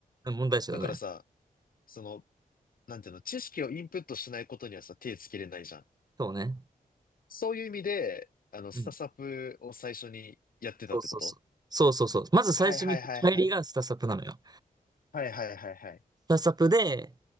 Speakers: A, on the right (about 25°); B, on the left (about 70°).
A: 問題集だね。
B: だからさ、その、なんていうの、知識をインプットしないことにはさ、手つけれないじゃん。
A: そうね。
B: そういう意味で、あの、スタサプを最初にやってたってこと
A: うんそうそうそう。そうそうそう。まず最初に入りがスタサプなのよ。
B: はいはいはいはい。はいはいはいはい。
A: スタサプで、